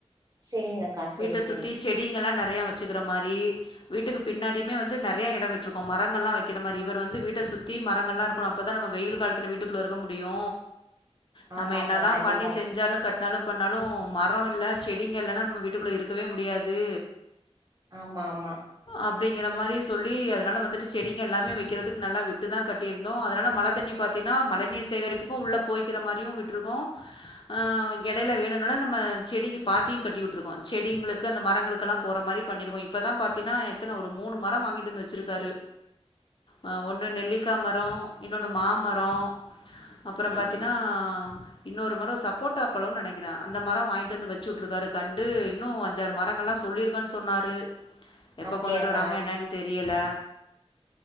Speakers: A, on the right; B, on the left.
A: சேரிங்கக்கா சேரி
B: வீட்ட
A: சேரி
B: சுத்தி செடிங்கல்லா நெறைய வச்சுக்குற மாரி வீட்டுக்கு பின்னாடியுமே வந்து நெறைய எடோ விட்ருக்கோ மரங்கள்லா வெக்கிற மாரி இவர் வந்து வீட்ட சுத்தி மரங்கள்லா க்கணு அப்பதா நம்ம வெயில் கால்த்துல வீட்டுக்குள்ள இருக்க முடியு நம்ம
A: ஆமாக்கா
B: என்னதா
A: கண்டிப்பா
B: பண்ணி செஞ்சாலு கட் னாலு பண்ணாலு மரோ இல்ல செடிங்க இல்லனா நம்ம வீட்டுக்குள்ள இருக்கவே முடியாது
A: ஆமாமா
B: அப்டிங்கற மாரி சொல்லி அதனால வந்துட்டு செடிங்க எல்லாமே வெக்கிறதுக்கு நல்லா விட்டுதா கட் ட்டிருந்தோ அதனால் மழ தண்ணி பாத்தீனா மழை நீர் சேகரிப்புக்கு உள்ள போய்க்கிற மாரியு விட்ருக்கோ ஆ எடைல வேணுனாலு நம்ம செடிக்கு பாத்தியு கட்டிவுட்டுருக்கோ செடிங்களுக்கு அந்த மரங்களுக்கெல்லா போற மாரி பண்ணிருக்கோ இப்பதா பாத்தீனா எத்தன ஒரு மூனு மரோ வாங்கிட்டு வந்து வச்சுருக்காரு அ ஒன்னு நெல்லிக்கா மரோ இன்னொன்னு மாமரோ அப்பறோ பாத்தீனா இன்னொரு மரோ சப்போட்டா பழோ நெனைக்குறே அந்த மரோ வாங்ட்டு வந்து வச்சுட்டுருக்காரு கன்டு இன்னு அஞ்சாறு மரங்கள்லா சொல்லிரு க்கு சொன்னாரு எப்ப
A: அப்டியாக்கா
B: கொண்டுட்டு வராங்க என்னன் தெரியல